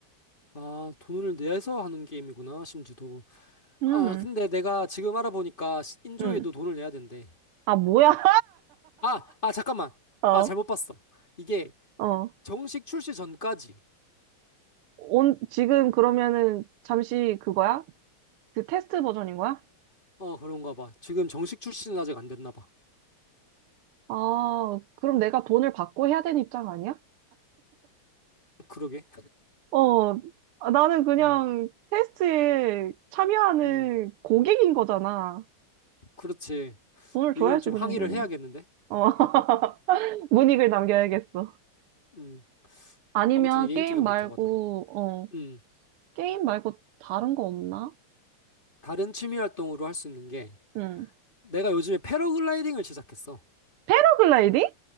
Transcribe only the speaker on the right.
음,
음.
아, 뭐야?
<laughs> 어,
어.
온, 지금 그러면은 잠시 그거야? 그 테스트 버전인 거야?
아, 그럼 내가 돈을 받고 해야 되는 입장 아니야?
어, 아, 나는 그냥
테스트에 참여하는
고객인 거잖아.
돈을
줘야지,
그
정도면.
어, <laughs> 문익을 남겨야겠어.
아니면
게임
말고,
어,
게임 말고 다른 거 없나?
응.
패러글라이딩?